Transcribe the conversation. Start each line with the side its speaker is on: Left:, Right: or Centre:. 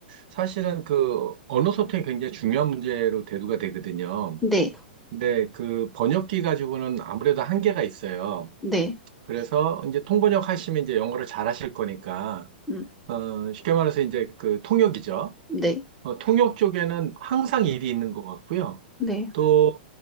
Right: 사실은 그 언어 소통이 굉장히 중요한 문제로 대두가 되거든요.
Centre: 네,
Right: 근데 그 번역기 가지고는 아무래도 한계가 있어요.
Centre: 네,
Right: 그래서 이제 통번역 하시면 이제 영어를 잘 하실 거니까,
Centre: 음,
Right: 어, 쉽게 말해서 이제 그 통역이죠.
Centre: 네,
Right: 어, 통역 쪽에는 항상 일이 있는 것 같고요.
Centre: 네,
Right: 또